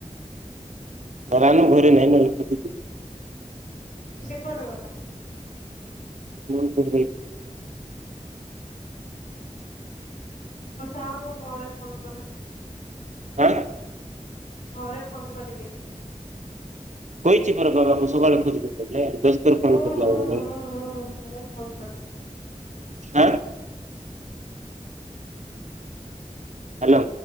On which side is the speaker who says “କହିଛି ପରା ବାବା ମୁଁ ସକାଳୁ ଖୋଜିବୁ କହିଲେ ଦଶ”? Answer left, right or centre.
Right